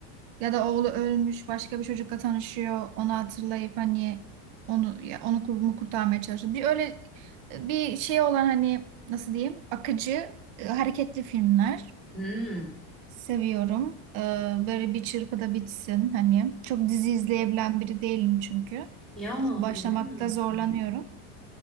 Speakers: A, on the right (about 60°); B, in the centre.
A: Ya da oğlu ölmüş, başka bir çocukla tanışıyor. Onu hatırlayıp hani onu ya onu kurumu kurtarmaya çalışıyor. Bir öyle bir şey olan hani nasıl diyeyim? Akıcı, e, hareketli filmler
B: Hmm.
A: seviyorum. Ee, böyle bir çırpıda bitsin hani. Çok dizi izleyebilen biri değilim çünkü. Ee,
B: Ya
A: Başlamakta
B: izlemiyor musun?
A: zorlanıyorum.